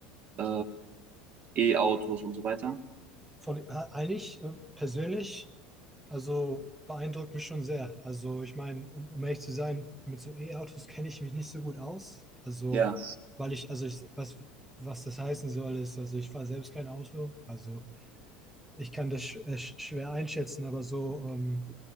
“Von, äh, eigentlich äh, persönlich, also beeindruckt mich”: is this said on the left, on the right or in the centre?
Centre